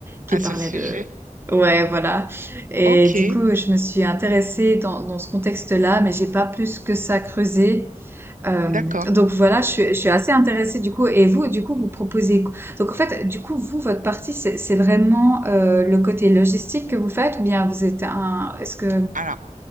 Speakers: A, on the right (about 15°); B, on the right (about 75°).
A: qui
B: à
A: parlaient
B: ce sujet.
A: de ouais, voilà. Et
B: Ok,
A: du coup, je me suis intéressée dans, dans ce contexte-là, mais j'ai pas plus que ça creusé. Euh,
B: d'accord.
A: donc voilà, je suis, je suis assez intéressée du coup. Et vous, du coup, vous proposez. quoi Donc en fait, du coup, vous, votre partie, c'est c'est vraiment euh, le côté logistique que vous faites, ou bien vous êtes un. Est-ce que
B: Alors,